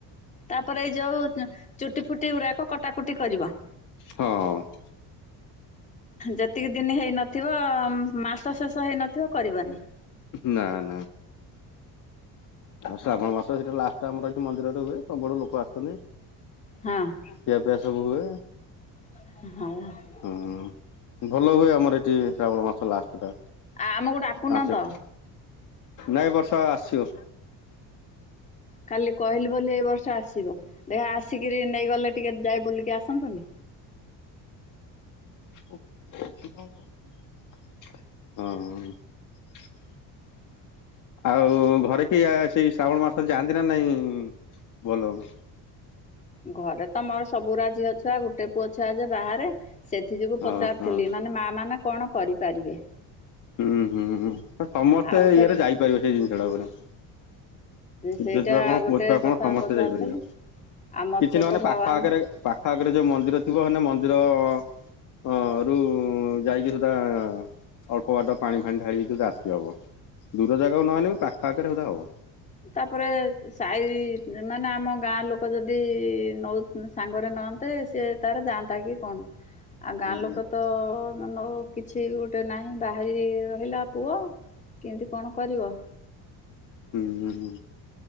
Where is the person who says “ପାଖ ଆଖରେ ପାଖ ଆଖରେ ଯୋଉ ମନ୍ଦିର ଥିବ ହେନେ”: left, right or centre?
Left